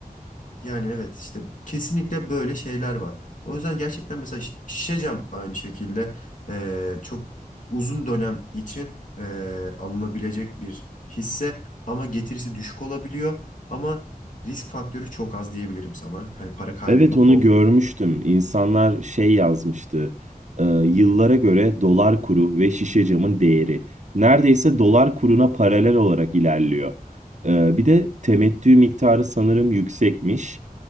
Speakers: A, on the left (about 55°); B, on the right (about 50°).
A: Yani evet işte kesinlikle böyle şeyler var. O yüzden gerçekten mesela şi- şişe cam aynı şekilde eee, çok uzun dönem için eee, alınabilecek bir hisse ama getirisi düşük olabiliyor ama risk faktörü çok az diyebilirim sana. Hani para kaybetme
B: Evet onu
A: korku.
B: görmüştüm. İnsanlar şey yazmıştı. e, yıllara göre dolar kuru ve şişe camın değeri. Neredeyse dolar kuruna paralel olarak ilerliyor. E, bir de temettü miktarı sanırım yüksekmiş.